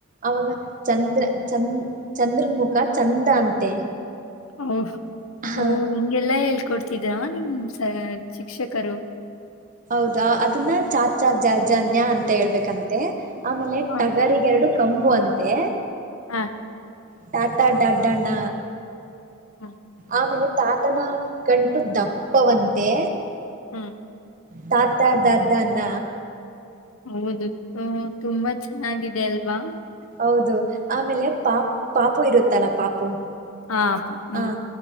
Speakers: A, on the right; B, on the left.
A: ಅವಾಗ ಚಂದ್ರ ಚಂದ ಚಂದ್ರನ್ ಮುಖ ಚಂದ ಅಂತೆ
B: ಹ್ಮ್
A: ಹ
B: ಓ ಹಿಂಗೆಲ್ಲಾ ಹೇಳ್ಕೊಡ್ತ ತಿದ್ರಾ ನಿಮ್ಮ ಸರ್ ಶಿಕ್ಷಕರು
A: ಹೌದಾ ಅದನ್ನ ಚ ಛ ಜ ಝ ನ್ಯ ಅಂತ ಹೇಳ್ಬೇಕಂತೆ ಆಮೇಲೆ
B: ಹ
A: ಟಗರಿಗೆ ಎರಡು ಕಂಬು ಅಂತೆ
B: ಹಾ
A: ಟಾತಾ ಡಾಡ್ಣ
B: ಹ
A: ಆಮೇಲೆ ತಾತನ ಕಂಟು ದಪ್ಪವಂತೆ
B: ಹ್ಮ್
A: ತಾತ ದಾದಾನ
B: ಹೌದು ತುಂಬಾ ಚೆನ್ನಾಗಿದೆ ದಲ್ವಾ
A: ಹೌದು ಆಮೇಲೆ ಪಾ ಪಾಪು ಇರುತ್ತಲ್ಲ ಪಾಪು.
B: ಹಾ ಅಪ ಹ್ಮ್.
A: ಆ